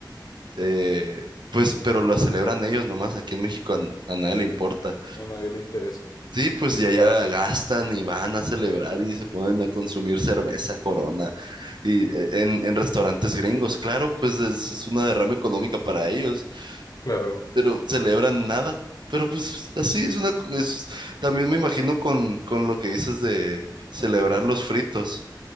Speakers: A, on the right; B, on the left.
A: eh, pues, pero la celebran ellos nomás. Aquí en México a, a nadie le importa.
B: a nadie le interesa.
A: Sí, pues ya allá gastan y van a celebrar y se ponen a consumir cerveza, Corona, y eh, en, en restaurantes gringos. Claro, pues es, es una derrama económica para ellos
B: Claro,
A: pero celebran nada. Pero pues así es una... co- es- también me imagino con, con lo que dices de celebrar los fritos,